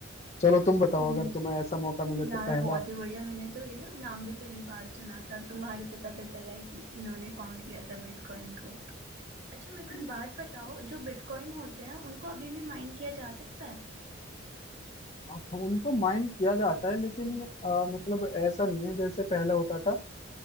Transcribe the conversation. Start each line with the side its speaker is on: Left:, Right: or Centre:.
Left: चलो तुम बताओ
Right: हम्म,
Left: अगर तुम्हें ऐसा मौका मिले तो
Right: यार
Left: पहला
Right: बहुत ही बढ़िया मैंने तो ये ना नाम भी पहली बार सुना था तुम्हारे से पता चला है कि इन्होंने फाउंड किया था बिटकॉइन को अच्छा मेरे
Left: <laughs>
Right: को एक बात बताओ जो बिटकॉइन होते हैं उनको अभी भी माइन किया जा सकता है
Left: हाँ, उनको माइंड किया जाता है लेकिन आ, मतलब ऐसा नहीं है जैसे पहले होता था